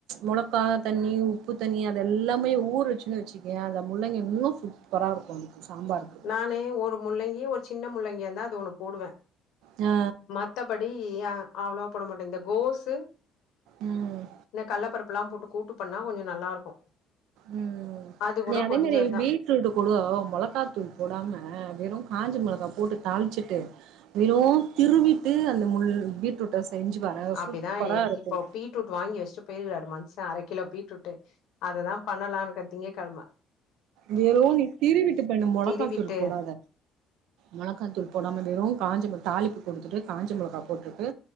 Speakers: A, on the right; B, on the left.
A: மொளக்கா தண்ணி உப் உப்பு தண்ணி அத எல்லாமே ஊற வெச்சின்னு வெச்சுக்கயே அந்த முள்ளங்கி இன்னும் சூப்பரா இருக்கு அதுக்கு சாம்பாருக்கு
B: நானு ஒரு முள்ளங்கி ஒரு சின்ன முள்ளங்கியாந்தா அது ஒன்னு போடுவே
A: ஆ
B: மத்தபடி ய அவ்ளோவா போட மாட்டே இந்த கோசு
A: ம்
B: இன்ன கல்லப்பருப்ல்லா போட்டு கூட்டு பண்ணா கொஞ்சோ நல்லா இருக்கு
A: ம்
B: அது
A: நீ
B: கூட
A: அதே
B: கொஞ்சந்தா
A: மாரி பீட் தூட்டு குட மொளகா தூள் போடாம வெறு காஞ்ச மொளகா போட்டு தாளிச்சுட்டு வெறு திருவிட்டு அந்த முள் பீட்ரூட்ட செஞ்சுபாரே
B: அப்டிதா
A: சூப்பரா இருக்கு
B: இப்போ பீட்ரூட் வாங்கி வச்சுட்டு போயிருக்றாரு மன்ஷே அர கிலோ பீட்ரூட்டு அத தா பண்ணலானுக்கே திங்க கெழம
A: வெறு நீ திருவிட்டு பண்ணு மொளக்கா
B: திருவிட்டு
A: தூள் போடாத மெளகா தூள் போடாம வெறும் காஞ்ச மெ தாளிப்பு குடுத்துட்டு காஞ்ச மெளகா போட்டுட்டு